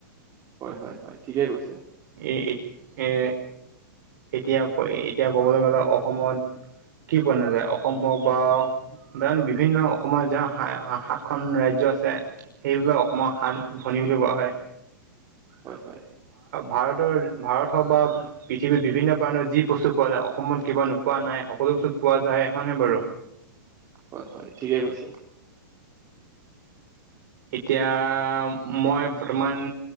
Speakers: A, on the right; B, on the right.
A: হয় হয় হয় ঠিকে কৈছে
B: এই এ। এতিয়া ক এতিয়া ক'বলৈ গলে অসমত কি পোৱা নাযায় অসম হওক বা। সাধাৰণ বিভিন্ন অসমৰ জা সাতখন ৰাজ্য আছে। সেইবাবে অসমৰ সাত ভনী বুলি কোৱা হয়।
A: হয় হয়
B: ভাৰতৰ ভাৰত হওক বা পৃথৱীৰ বিভিন্ন কাৰণত যি বস্তু পোৱা যায় অসমত কিবা নোপোৱা নাই। সকলো বস্তু পোৱা যায় হয় নাই বাৰু?
A: হয় হয় ঠিকে কৈছে
B: এতিয়া মই বৰ্তমান